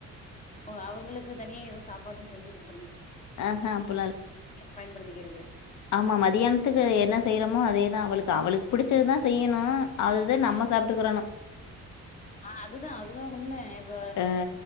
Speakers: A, on the left; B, on the left.
A: ஓ அவுங்களுக்கு தனியா எது சாப்பாடுன் செஞ்சு குடு
B: ஆஹ அப்புல்லால்
A: பயன்படுத்திக்கிறது
B: ஆமா மதியான்த்க்கு என்ன செய்றமோ அதே தா அவளுக்கு அவளுக்கு புடுச்சதுதா செய்யணு அதுதெ நம்ம சாப்ட்டுக்கிறணு
A: ஆ அதுதா அதுதா உண்ம இப்ப
B: அ.